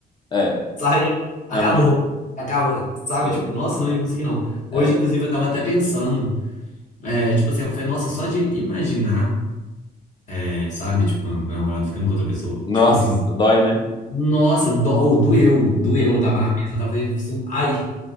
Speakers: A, on the left; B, on the left.
A: É,
B: <laughs> saia, acabou,
A: aham.
B: acabou, sabe?
A: Chega.
B: Tipo, nossa, não ia conseguir não. Hoje,
A: É.
B: inclusive, eu tava até pensando, é, tipo assim, eu falei, nossa, só de imaginar, é, sabe? Tipo, meu namorado ficando com outra pessoa.
A: Nossa,
B: Tipo assim,
A: dói, né?
B: nossa, do, ou doeu, doeu.
A: Uhum.
B: Eu tava na mesa, eu tava. assim, Ai,